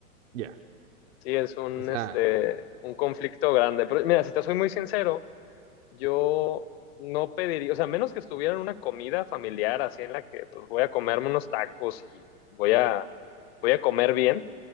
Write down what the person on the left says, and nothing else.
Sí, es un,
este, un conflicto grande. Pero mira, si te soy muy sincero, yo no pediría, o sea, a menos que estuviera en una comida familiar así en la que pues, voy a comerme unos tacos y voy a, voy a comer bien,